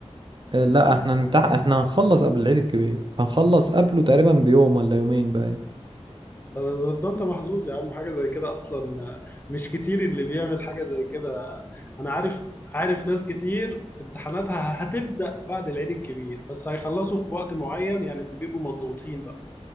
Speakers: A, on the right; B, on the left.
A: آه، لا احنا هنمتح احنا هنخلص قبل العيد الكبير هنخلص قبله تقريبا بيوم ولا يومين باين
B: ده, ده, ده أنت محظوظ يا عم حاجة زي كده أصلا مش كتير اللي بيعمل حاجة زي كده أنا عارف عارف ناس كتير امتحاناتها هتبدأ بعد العيد الكبير بس هيخلصوا في وقت معين يعني بيبقوا مضغوطين بقى